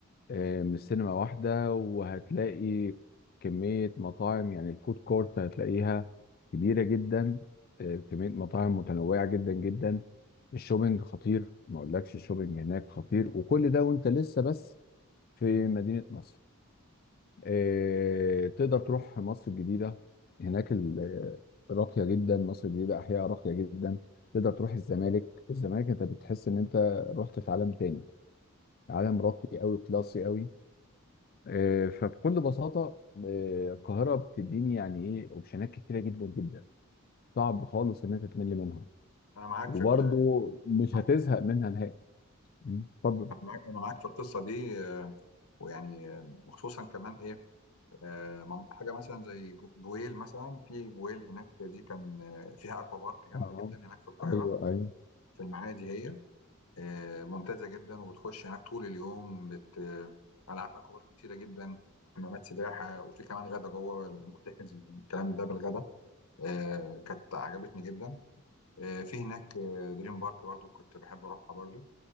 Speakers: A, on the left (about 40°); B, on the left (about 80°).
A: آه، من سينما واحده وهتلاقي كميه مطاعم يعني الفود كورت هتلاقيها كبيره جدا آه، كميه مطاعم متنوعه جدا جدا الشوبينج خطير ما اقولكش الشوبينج هناك خطير وكل ده وانت لسه بس في مدينه نصر آه، تقدر تروح مصر الجديدة هناك ال- آه، راقية جدا مصر الجديدة أحياء راقية جدا تقدر تروح الزمالك الزمالك أنت بتحس إن أنت رحت في عالم تاني عالم راقي أوي كلاسي أوي آه، فبكل بساطة آه، القاهرة بتديني يعني إيه أوبشنات كتيرة جدا جدا صعب خالص إن أنت تمل منهم
B: انا معاك
A: وبرضه
B: في ال
A: مش
B: معاك
A: هتزهق منها نهائي اتفضل
B: أنا معاك انا معاك في القصه دي آه، ويعني آه، خصوصا كمان ايه آه، من- حاجه مثلا زي جو- جويل مثلا في جويل هناك دي كان آه، فيها اكوا بارك جامده
A: اه
B: جدا هناك في القاهره
A: ايوه ايوه
B: في المعادي هي آه، ممتازه جدا وبتخش هناك طول اليوم بت آه، العاب اكوا بارك كتيره جدا حمامات سباحه وفي كمان غدا جوه ممكن تحجز الكلام ده بالغدا آه، كانت عجبتني جدا آه، في هناك آه، دريم بارك برضو كنت بحب اروحها برضو